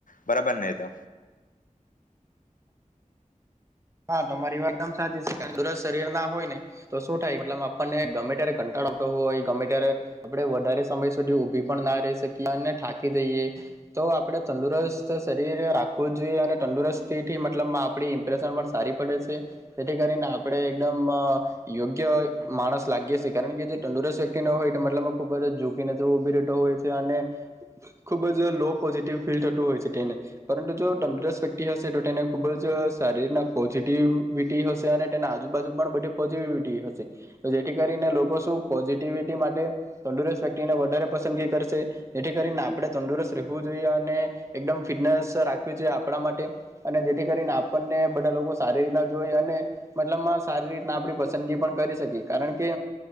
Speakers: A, on the left; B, on the right.
A: બરાબર ને એ તો?
B: હા તમારી વાત દમ સાચી છે. તંદુરસ્ત શરીર ના હોય ને તો શું થાય મલ આપણને ગમે ત્યારે કંટાળોટો હોય ગમે ત્યારે આપડે વધારે સમય સુધી ઊભી પણ ના રહી શકીએ અને થાકી દઈએ તો આપડે તંદુરસ્ત શરીર રાખવું જોઈએ. અને તંદુરસ્તી થી મતલબ આપણી ઇમ્પ્રેશન પણ સારી પડે છે. તેથી કરીને આપણે એકદમ યોગ્ય માણસ લાગીયેછે કારણ કે જે તંદુરસ્ત વ્યક્તિ ન હોય એ મતલબમાં ખુબ જ ઝૂકીને જવ ઉભી રહેતો હોય છે. અને ખુબ જ લો પોઝિટિવ ફીલ થતું હોય છે તેને પરંતુ જો તંદુરસ્ત વ્યક્તિ હશે તો તેને ખૂબ જ શારીરના પોઝિટિવિટી હશે અને તેના આજુ-બાજુ પણ બધી પોઝિટિવિટી હશે તો જેથી કરીને લોકો શું પોઝિટિવિટી માટે તંદુરસ્ત વ્યક્તિને વધારે પસંદગી કરશે જેથી કરીને આપણે તંદુરસ્ત રહેવું જોઈએ. અને એકદમ ફિટનેસ રાખવી જોઈએ. આપણા માટે અને જેથી કરીને આપણને બ ધા લોકો સારી રીતના જોઈ અને મતલબમાં સારી રીતના આપ પસંદગી પણ કરી શકીએ. કારણ કે